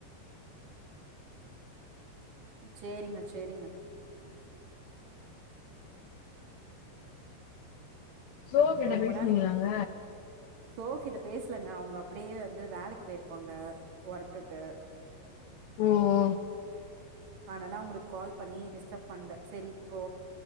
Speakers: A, on the right (about 55°); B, on the left (about 75°).
A: சேரிங்க சேரிங்க
B: சோ கிட்ட
A: ரொம்ப
B: பேசுனீங்களாங்க
A: நாள் சோ கிட்ட பேசலங்க அவுங்க அப்டியே வந்து வேலைக்கு போய்ருப்பாங்க ஒர்க்குக்கு
B: ஓ ஓ
A: அதனால அவுங்களுக்கு கால் பண்ணி டிஸ்டப் பண்ல செரி இப்போ